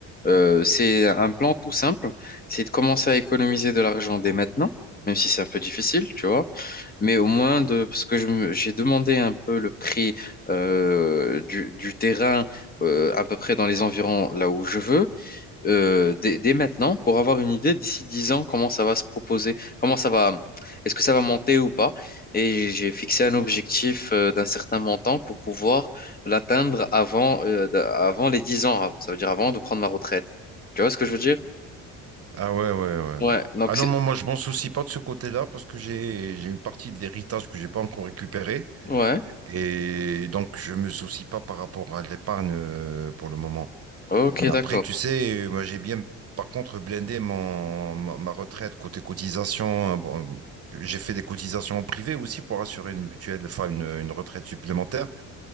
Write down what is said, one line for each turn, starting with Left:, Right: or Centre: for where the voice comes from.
Left: euh, c'est un plan tout simple. C'est de commencer à économiser de l'argent dès maintenant, même si c'est un peu difficile, tu vois. Mais au moins de parce que je me- j'ai demandé un peu le prix euh, du, du terrain euh, à peu près dans les environs là où je veux. euh, dès, dès maintenant pour avoir une idée d'ici 10 ans comment ça va se proposer, comment ça va, est-ce que ça va monter ou pas. Et j'ai fixé un objectif euh, d'un certain montant pour pouvoir l'atteindre avant, euh, d- avant les 10 ans, av- ça veut dire avant de prendre ma retraite. Tu vois ce que je veux dire?
Right: Ah ouais, ouais, ouais,
Left: Ouais,
Right: ouais.
Left: donc
Right: Ah non,
Left: c'est...
Right: moi, moi, je m'en soucie pas de ce côté-là parce que j'ai, j'ai une partie d'héritage que j'ai pas encore récupérée.
Left: Ouais,
Right: Et donc, je me soucie pas par rapport à l'épargne euh, pour le moment.
Left: ok,
Right: Après,
Left: d'accord.
Right: tu sais, moi, j'ai bien, par contre, blindé mon, ma, ma retraite côté cotisation. euh, bon, j'ai fait des cotisations en privé aussi pour assurer une mutuelle, enfin, une, une retraite supplémentaire.